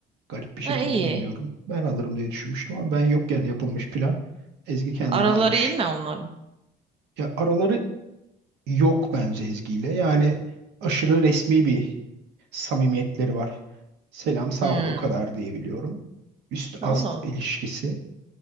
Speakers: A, on the right; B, on the right.
A: Garip bir şekilde
B: Ha, iyi.
A: bilmiyorum. Ben alırım diye düşünmüştüm ama ben yokken yapılmış plan. Ezgi kendini
B: Araları
A: almış.
B: iyi mi onların?
A: Ya araları yok bence Ezgi'yle. Yani aşırı resmi bir samimiyetleri var. Selam sağ
B: Hmm.
A: ol o kadar diyebiliyorum. Üst ast
B: Allah Allah.
A: ilişkisi.